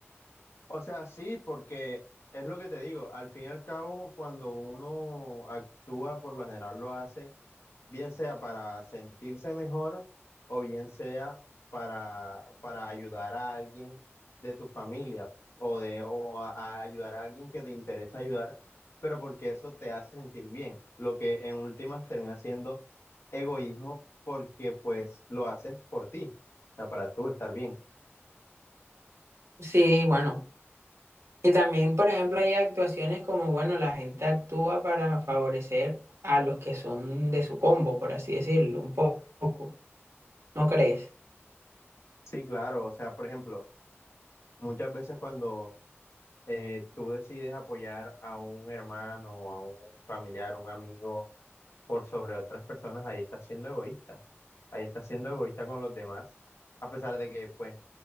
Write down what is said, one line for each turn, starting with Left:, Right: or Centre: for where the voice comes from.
Left: O sea, sí, porque es lo que te digo, al fin y al cabo, cuando uno actúa, por lo general lo hace. bien sea para sentirse mejor o bien sea para, para ayudar a alguien de tu familia o, de, o a, a ayudar a alguien que te interesa ayudar, pero porque eso te hace sentir bien, lo que en últimas termina siendo egoísmo porque pues lo haces por ti, o sea, para tú estar bien.
Right: Sí, bueno. Y también, por ejemplo, hay actuaciones como, bueno, la gente actúa para favorecer a los que son de su combo, por así decirlo, un po- poco, ¿no crees?
Left: Sí, claro, o sea, por ejemplo, muchas veces cuando eh, tú decides apoyar a un hermano, a un familiar, un amigo, por sobre otras personas, ahí está siendo egoísta. Ahí está siendo egoísta con los demás, a pesar de que, pues,